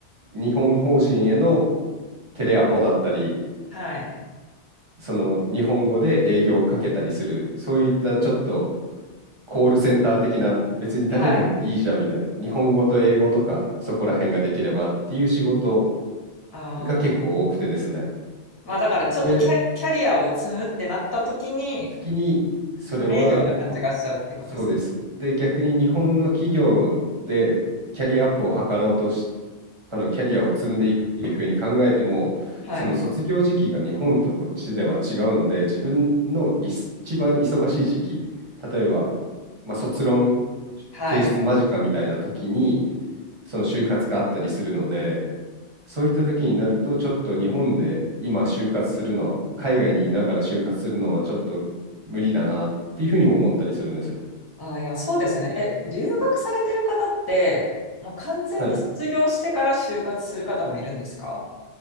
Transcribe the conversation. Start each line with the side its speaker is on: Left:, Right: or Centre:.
Right: 日本法人へのテレアポだったり、
Left: はい。
Right: その日本語で営業をかけたりする、そういったちょっとコールセンター的な、別に誰でもいいじゃんみたいな、
Left: はい。
Right: 日本語と英語とか、そこら辺ができればっていう仕事
Left: ああ、
Right: が結構多くてですね。
Left: まあだからちょっとキャ、
Right: で、
Left: キャリアを積むってなった時に
Right: 時に、それはあ
Left: 不明瞭な感じがしちゃうってことですね。
Right: そうです。で、逆に日本の企業でキャリアアップを図ろうとし、あのキャリアを積んでいくっていうふうに考えても、
Left: はい。
Right: その卒業時期が日本とこっちでは違うので、自分の一番忙しい時期、例えば、まあ、卒論
Left: はい。
Right: 提出間近みたいな時に、その就活があったりするので、そういった時になると、ちょっと日本で今就活するのは、海外にいながら就活するのはちょっと無理だなっていうふうにも思ったりするんですよ。
Left: ああ、いや、そうですね。え、留学されてる方って、もう完全に卒業してから就活する方もいるんですか
Right: はい。